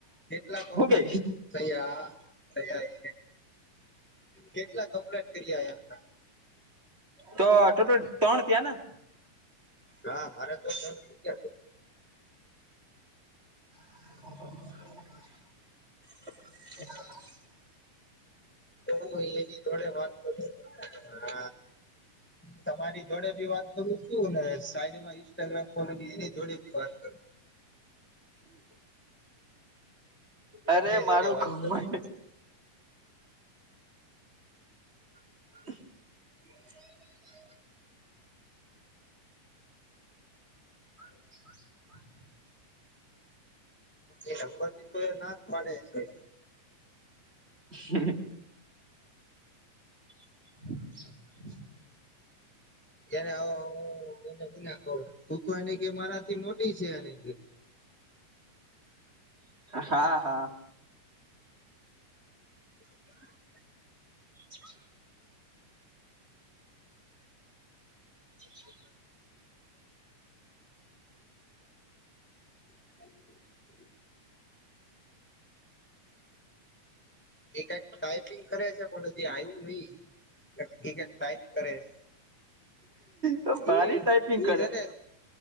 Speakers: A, in the centre; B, on the right (about 20°).
A: કેટલા
B: હું કે
A: સયા સયા એ કેટલા કમ્પ્લેટ કર્યામ
B: તો ટોટલ ત્રણ થયા ને.
A: હા મારે તો <unintelligible> ગયા છે.
B: <inaudible>
A: હું એની જોડે વાત કરું હ તમારી જોડે ભી વાત કરું છું ને સાઈડમાં ઈન્સ્ટાગ્રામ કોલો એની જોડે ભી વાત <inaudible> બંને
B: અરે મારું
A: જોડે વાત
B: ઘમંડ
A: કરું
B: <inaudible> <inaudible>
A: એ નંબર ની તો એ ના જ પાડે છે.
B: હ. <inaudible>
A: તને ના <inaudible> તું તો એને કે મારા થી મોટી છે અને
B: હા હા.
A: <inaudible>
B: <inaudible> <inaudible>
A: હ <inaudible> એ કંક ટાઈપિંગ કરે છે પણ હજી આવ્યું નહી એ કક ટાઈપ કરે છે.
B: તા ભારી
A: એ
B: ટાઈપિંગ કરે.
A: એને